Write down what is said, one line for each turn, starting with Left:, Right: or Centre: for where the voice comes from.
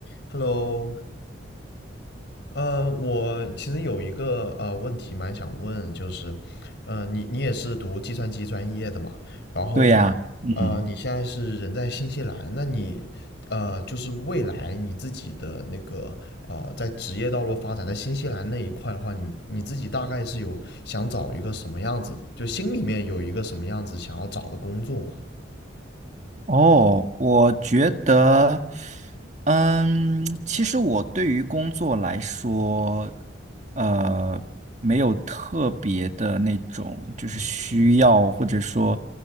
Left: Hello，呃，我其实有一个呃问题蛮想问，就是，呃，你你也是读计算机专业的嘛？然后呢，
Right: 对呀，嗯，
Left: 呃，你现在是人在新西兰，那你呃，就是未来你自己的那个呃，在职业道路发展，在新西兰那一块的话，你你自己大概是有想找一个什么样子，就心里面有一个什么样子想要找的工作嘛？
Right: 哦，我觉得，嗯，其实我对于工作来说，呃，没有特别的那种就是需要或者说